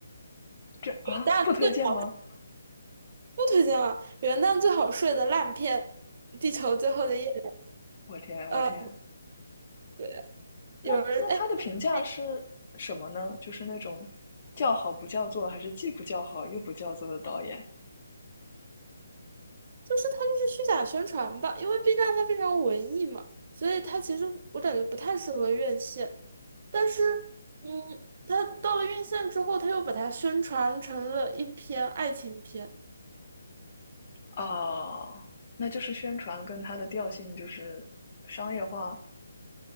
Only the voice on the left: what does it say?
这啊，
不推荐吗？
我天，
我天，
那那他的评价是什么呢？
就是那种叫好不叫座，还是既不叫好又不叫座的导演
啊？那就是宣传跟他的调性就是商业化